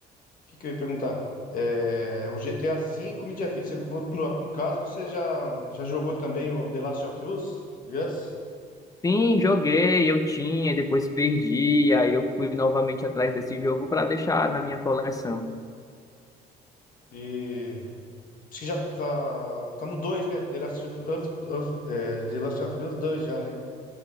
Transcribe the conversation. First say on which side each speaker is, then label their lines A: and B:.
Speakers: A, on the left; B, on the left.
A: o que, que eu ia perguntar? É, o GTA V, mídia física. vo- No, no caso, você já, já jogou também o The Last of Us? Yes?
B: Sim, joguei, eu tinha, depois perdi, aí eu fui novamente atrás desse jogo para deixar na minha coleção.
A: E acho que já tá, tá no dois né? The Last of Us, é, The Last of Us dois já, né?